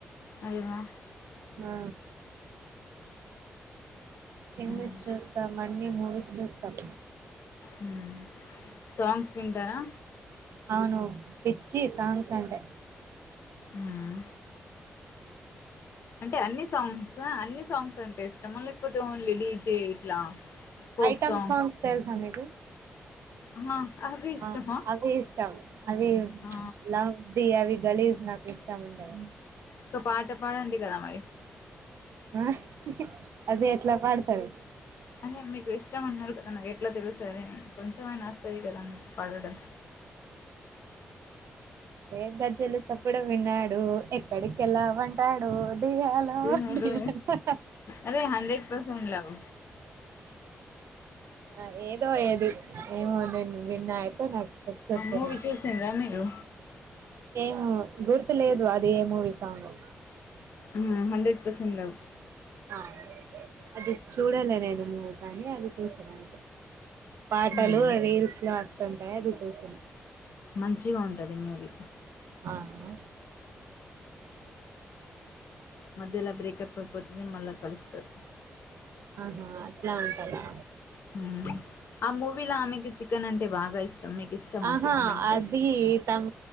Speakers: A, on the left (about 60°); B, on the right (about 75°).
A: అల్వా
B: ఆ ఇంగ్లీష్
A: హ్మ్.
B: చూస్తాం అన్నీ మూవీస్ చూస్తాం
A: హ్మ్. సాంగ్స్ వింటారా
B: అవును పిచ్చి సాంగ్స్ అంటే
A: హ్మ్. అంటే అన్ని సాంగ్స్ ఆ అన్ని సాంగ్స్ అంటే లేకపోతే ఓన్లీ డీజే ఇట్ల ఫోక్
B: ఐటమ్
A: సాంగ్స్
B: తెలుసా మీకు
A: హా అవి ఇష్టమా
B: ఆ అవి ఇష్టం అవి
A: ఆ!
B: చ్ లవ్ ది అవి గలీజ్ నాకు ఇష్టం ఉండయ్
A: ఒక పాట పాడండి కదా మరి
B: ఆ అదే ఎట్లా పాడతారు
A: మ్ మీకు ఇష్టం అన్నారు కదా నాకు ఎట్లా తెలుస్తది అ కొంచెంమైనా వస్తాది కదా పాడడం
B: ఏ గజ్జెలు సప్పుడు విన్నాడు ఎక్కడికేళ్లావంటాడు డియ్యాలో
A: మీరు
B: డియ్యా
A: అదే హండ్రెడ్ పర్సెంట్ లవ్
B: ఆ ఏదో అయ్యేది ఏమో నేను విన్నా అయితే నాకు చెప్ చెప్తాను
A: మూవీ చూసిన్ర మీరు
B: ఏం గుర్తు లేదు అది ఏ మూవీ సాంగో
A: ఆ హండ్రెడ్ పర్సెంట్ లవ్
B: ఆ అది చూడలే నేను మూవీ కానీ అది చూసిన పాటలు
A: మ్మ్
B: రీల్స్ లో వస్తుంటాయి అది చూసిన
A: మంచిగా ఉంటది మూవీ
B: ఆహా
A: మధ్యలా బ్రేకప్ అయిపోతది మళ్ళా కలుస్తారు
B: ఆహా అట్లా అంటరా
A: మ్మ్ ఆ మూవీల ఆమెకి చికెన్ అం టే బాగా ఇష్టం ఇష్టమా
B: ఆహా
A: చికెన్ అంటే
B: అది తం